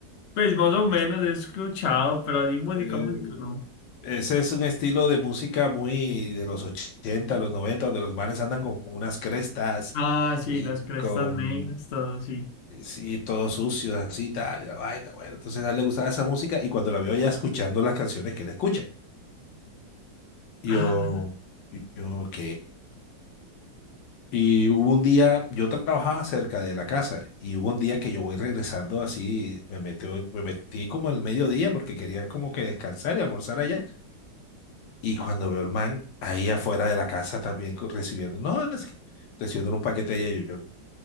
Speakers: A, on the left (about 60°); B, on the left (about 75°).
A: pues más o
B: es-
A: menos he escuchado, pero así música,
B: eh,
A: música no.
B: ese es un estilo de música muy de los 80 los 90 donde los manes andan con unas crestas
A: Ah, sí,
B: y
A: las crestas
B: con
A: negras, todo así.
B: eh, Sí, todo sucio, así, tal, la vaina, bueno. Entonces a él le gustaba esa música y cuando la veo ya escuchando las canciones que él escucha. Yo,
A: Ah,
B: yo, ok. Y hubo un día, yo trabajaba cerca de la casa y hubo un día que yo voy regresando así, me metí, me metí como el mediodía porque quería como que descansar y almorzar allá. Y cuando veo el man ahí afuera de la casa también co- recibiendo, no, es que recibiendo un paquete allá y yo,